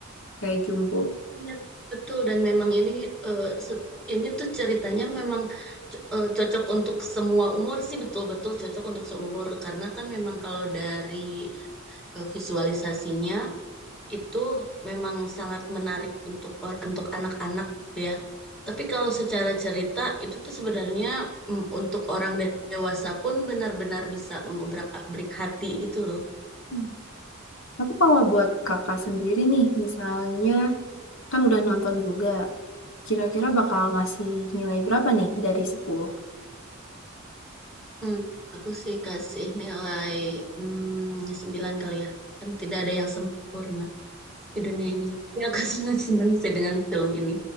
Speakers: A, on the left (about 65°); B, in the centre.
A: kayak Jumbo.
B: Iya, Betul dan memang ini eh, se- ini tuh ceritanya memang co- eh, cocok untuk semua umur sih betul-betul cocok untuk semua umur karena kan memang kalau dari eh, visualisasinya itu memang sangat menarik untuk or- untuk anak-anak gitu ya. Tapi kalau secara cerita itu tuh sebenarnya mm, untuk orang dewasa pun benar-benar bisa mengobrak-abrik hati gitu loh.
A: Hmm. Tapi kalau buat kakak sendiri nih, misalnya kan udah nonton juga, kira-kira bakal ngasih nilai berapa nih dari 10?
B: Hmm, aku sih kasih nilai hmm, 9 kali ya. Karena tidak ada yang sempurna di dunia ini. Ya, aku <laughs> sangat senang sih dengan film ini.